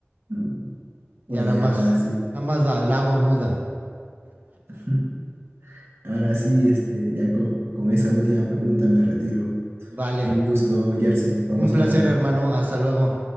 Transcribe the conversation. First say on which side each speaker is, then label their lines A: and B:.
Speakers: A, on the right; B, on the right.
A: Mm. Bueno,
B: Ya nada más,
A: y ahora sí,
B: nada más la, la hago muda.
A: <laughs> ahora sí, este, ya con, con esa última pregunta me retiro.
B: Vale.
A: Un gusto, Jersey, vamos
B: Un placer,
A: hablando.
B: hermano. Hasta luego.